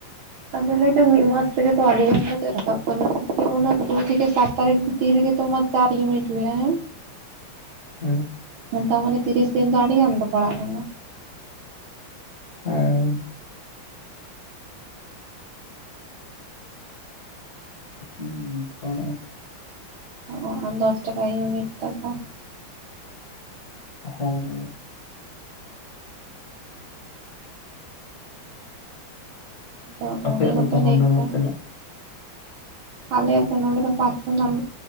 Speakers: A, on the right (about 80°); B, on the left (about 45°).
A: ᱟᱫᱚ ᱞᱟᱹᱭᱫᱟ ᱢᱤᱫ ᱢᱟᱥ ᱨᱮᱜᱮ ᱛᱚ ᱟᱹᱰᱤᱜᱟᱱ ᱠᱟᱛᱮᱫ ᱨᱟᱠᱟᱵ ᱠᱟᱱᱟ᱾ ᱚᱱᱟ ᱚᱱᱟ ᱫᱩ ᱛᱷᱮᱠᱮ ᱥᱟᱛ ᱛᱟᱨᱤᱠ ᱵᱷᱤᱛᱤᱨ ᱨᱮᱜᱮ ᱛᱚᱢᱟᱜ ᱪᱟᱨ ᱤᱭᱩᱱᱤᱴ ᱢᱮᱱᱟᱜᱼᱟ, ᱦᱮᱸ᱾
B: ᱦᱩᱸ᱾
A: ᱱᱮᱛᱟ ᱢᱟᱱᱮ ᱛᱤᱨᱤᱥ ᱫᱤᱱ ᱫᱚ ᱟᱹᱰᱤᱜᱟᱱ ᱫᱚ ᱯᱟᱲᱟᱜ ᱠᱟᱱᱟ᱾
B: ᱦᱩᱸ᱾ ᱦᱩᱸ ᱛᱚᱲᱟ᱾
A: ᱚ, ᱫᱚᱥ ᱴᱟᱠᱟ ᱤᱭᱩᱱᱤᱴ ᱛᱟᱠᱚ᱾
B: ᱦᱩᱸ᱾
A: ᱟᱫᱚ
B: ᱟᱯᱮᱭᱟᱜ
A: ᱩᱱᱤ
B: ᱫᱚ
A: ᱦᱚᱸᱛᱚ
B: ᱛᱟᱦᱚᱞᱮ
A: ᱞᱟᱹᱭ
B: ᱚᱸᱰᱮ
A: ᱠᱮᱫᱟᱭ
B: ᱫᱚ ᱛᱤᱱᱟᱹᱜ
A: ᱟᱞᱮᱭᱟᱜ ᱫᱚ ᱱᱚᱰᱮ ᱫᱚ ᱯᱟᱨᱥᱚᱱᱟᱞ